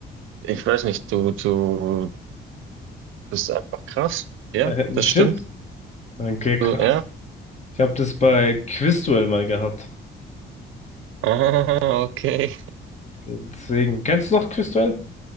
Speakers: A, on the right; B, on the left.
A: ich weiß nicht, du, du bist einfach krass. Ja,
B: Äh, das
A: das
B: stimmt?
A: stimmt.
B: Okay, krass.
A: Du, ja.
B: Ich habe das bei Quizduell mal gehabt.
A: Ah, okay.
B: Deswegen, kennst du noch Quizduell?